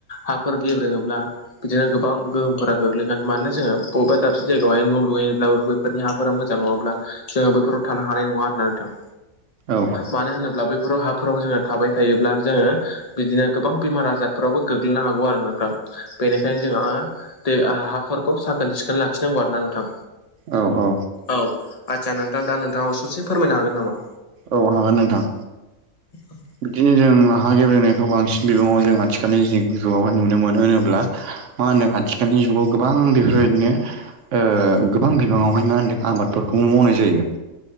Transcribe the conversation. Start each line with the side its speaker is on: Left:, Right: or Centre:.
Left: हाफोर गेब्रेङोब्ला बिदिनो गोबां गोहोमफोरा गोग्लैगोन मानोना जोङो बबेबा दाबसे जायगायावहाय न' लुयोब्लाबो फोरनि हाफोरा मोजां नङाब्ला जोङो बैफोराव थानो हानाय नङा आरोना नोंथां।
Right: औ
Left: मानो होनोब्ला बै बेफोराव हाफोराव जोङो थाबाय थायोब्ला जोङो बिदिनो गोबां बेमार आजारफोरावबो गोग्लैनो हागौ आरो नोंथां। बेनिखायनो जोंहा दै हाफोरखौ साखोन सिखोन लाखिनांगौ आरोना नोंथां।
Right: औ औ औ
Left: औ आदसा नोंथां दा नोंथाङाबो ससे फोरमायनो हागोन नामा?
Right: औ हागोन नोंथां।
Left: औ
Right: बिदिनो जों हा गेब्रेनायखौ बांसिन बिबङाव जों आथिखालनि जिउआवहाय नुनो मोनो होनोब्ला मा होनो आथिखालनि जुगाव गोबां बेफोरबायदिनो ओ गोबां बिबाङावहाय मा होनदों आबादफोरखौ मावनाय जायो।